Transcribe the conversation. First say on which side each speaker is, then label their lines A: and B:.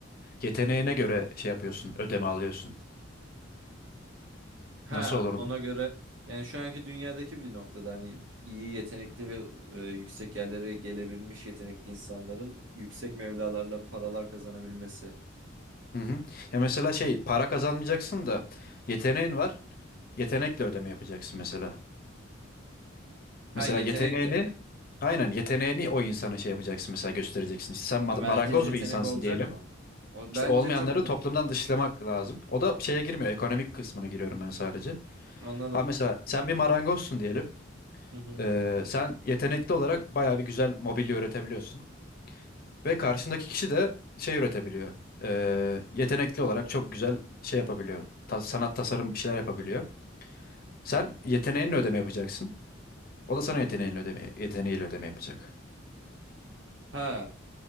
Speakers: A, on the left; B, on the right.
A: Yeteneğine göre şey yapıyorsun, ödeme alıyorsun.
B: Ha
A: Nasıl olurdu?
B: ona göre yani şu anki dünyadaki bir noktada hani iyi yetenekli ve e, yüksek yerlere gelebilmiş yetenekli insanların yüksek mevlalarla paralar kazanabilmesi.
A: Hı hı. Ya mesela şey para kazanmayacaksın da yeteneğin var. Yetenekle ödeme yapacaksın mesela.
B: Ha
A: Mesela
B: yetenekle.
A: yeteneğini aynen yeteneğini o insana şey yapacaksın mesela göstereceksin. İşte sen ma-
B: Ama
A: marangoz
B: herkes yetenek
A: bir insansın
B: olacak
A: diyelim.
B: mı? O
A: İşte
B: bence
A: olmayanları
B: çok
A: toplumdan dışlamak lazım. O da şeye girmiyor. Ekonomik kısmına giriyorum ben sadece.
B: <laughs> anladım.
A: Ha mesela sen bir marangozsun diyelim.
B: Hı hı.
A: Ee, sen yetenekli olarak bayağı bir güzel mobilya üretebiliyorsun. Ve karşındaki kişi de şey üretebiliyor. Ee, yetenekli olarak çok güzel şey yapabiliyor. Ta- sanat tasarım bir şeyler yapabiliyor. Sen yeteneğinle ödeme yapacaksın. O da sana yeteneğinle ödeme, yeteneğiyle ödeme yapacak.
B: Ha